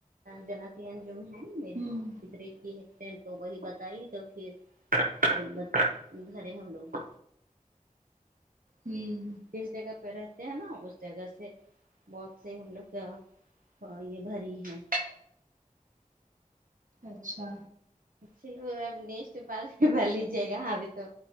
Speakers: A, on the right (about 90°); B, on the right (about 65°).
A: جنتین انجم ہے میری
B: ہوں
A: <unintelligible> پدرے کی تو وہی بتائی تو پھر پھر گھرے ہم لوگ
B: ہمم
A: جس جگہ پہ رہتے ہیں نا اس جگہ سے بہت سے ہم لوگ کا ہاں یہ بھری ہے
B: اچھا
A: چلو اب نیکسٹ بار ب لیجیے گا ابھی تو